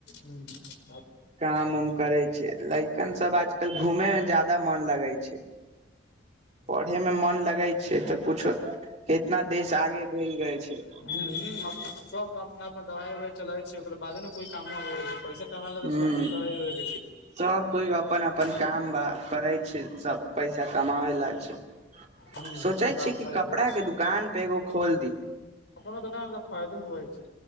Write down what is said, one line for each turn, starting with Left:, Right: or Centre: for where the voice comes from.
Left: हूँ <inaudible>
Right: काम उम करै छै लैकन सब आज क घूमे मे जदाा मन लगै छै पढ़े मे मन लगे छै त पूछो कितना देश आगे बढ़ गेल छै।
Left: हूँ सब अपना अपन दवाइ उवाइ चलै छै, ओकर बादे ने कोइ काम छै पैसा। क मेला
Right: ह
Left: तऽ सबकछु तड़ा हो ग
Right: सब कोइ अपन अपन
Left: <inaudible>
Right: काम बा करे छै, सब पैसा कमाबे ला छै,
Left: हूँ
Right: सोचे
Left: बात
Right: छी कि
Left: सही
Right: कपड़ा
Left: बोलै छी
Right: के दुकान पे एगो खोल दी।
Left: दोकानल ख तो हइ छै।